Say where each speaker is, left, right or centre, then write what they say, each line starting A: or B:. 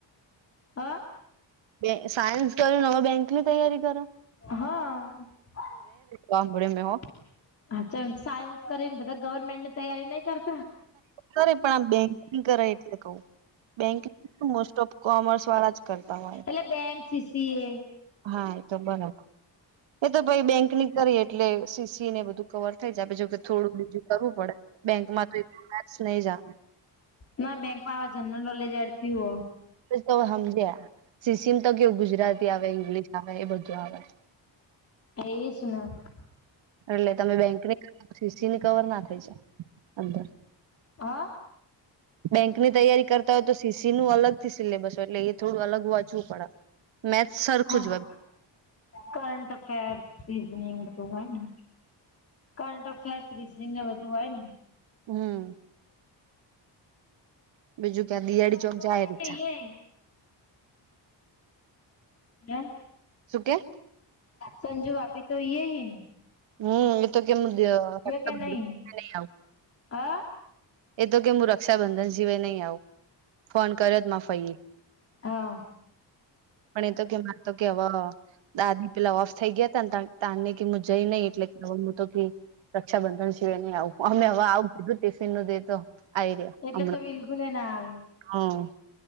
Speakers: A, on the left; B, on the right.
A: હ,
B: બે સાયન્સ કર્યું નવા બેંક ની તૈયારી કરો
A: હમ્મ હાા
B: સાંભળે મેં હો
A: સાયન્સ કરીને બધા ગવર્મેન્ટની તૈયારી નહી કરત
B: કરે પણ આમ બેંકિંગ કરે એટલે કવ બેંક મોસ્ટ ઓફ કોમર્સ વાળા જ કરતા હોય,
A: એલી ફેન્સી છીએ
B: હા એ તો બરા એ તો ભાઈ બેંક ની કરી એટલે સીસી ને બધું કવર થઈ જ આપ જોકે થોડું બીજું કરવું પડે બેંકમાં તો મેથ્સ નહી જ આવે.
A: ના બેંકમાં આ જનરલ નોલેજાર થથી હો
B: તો સમજ સીસીમ તો કેવું ગુજરાતી આવે ઈંગ્લિશ આવે એ બધું આવે
A: <inaudible>
B: એટલે તમે બેંકની સીસીની કવર ના થઈ જાય અંદર
A: હા
B: <unintelligible> બેંકની તૈયારી કરતા હોય તો સીસી નું અલગ થી સિલેબસ હોય એટલે એ થોડું અલગથી વાંચવું પડે મેથ સરખુંજ
A: હા કરંટ અફેર્સ રીઝનિંગ બધું હોયને કરંટ અફેર્સ રીઝનિંગને બધું હોય જ ને?
B: હમ્મ બીજું ક્યાં
A: સંજુ
B: દિયાળી
A: બાપી
B: ચોક
A: હોય
B: જાય ત્થ
A: કે યે હે
B: સુકે?
A: સંજુ ભાભી તો યે હેન.
B: હમ્મ. એ તો કેમ નહી બે <unintelligible>
A: કે નહી હા
B: એ તો કે હું રક્ષાબંધન સિવાય નહી આવું. ફોન કર્યોત મા ફઈએ.
A: હા
B: પણ એ તો કે મારે તો કેવો, દાદી પેલા ઓફ થઈ ગયા તાને તને કે જઈ નહી એટલે કે મુ તો ગેય રક્ષાબંધન સિવાય નહી આવું, અમને હવે આવું કીધું ટિફિનનું દે તો. આઈર્યા
A: એટલે
B: અમણા
A: તો બિલકુલ ના આવી
B: હમ્મ.